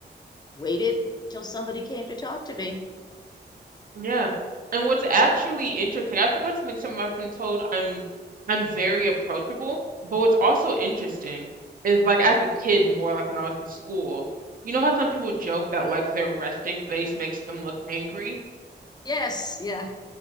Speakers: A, on the left; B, on the right.
A: waited till somebody came to talk to me.
B: Yeah. And what's actually interesting, I've been told something some I've been told I'm I'm very approachable, but what's also interesting is like as a kid more like when I was in school, you know how some people joke that like their resting face makes them look angry?
A: Yes, yeah.